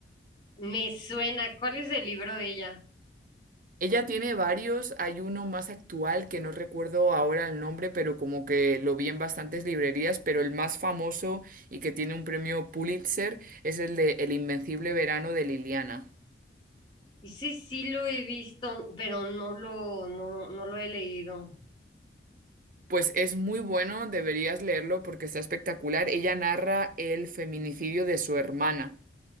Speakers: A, on the left; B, on the right.
A: Me suena, ¿cuál es el libro de ella?
B: Ella tiene varios, hay uno más actual que no recuerdo ahora el nombre, pero como que lo vi en bastantes librerías, pero el más famoso y que tiene un premio Pulitzer es el de El Invencible Verano de Liliana.
A: Y sí, sí lo he visto, pero no lo, no, no lo he leído.
B: Pues es muy bueno, deberías leerlo porque está espectacular. Ella narra el feminicidio de su hermana.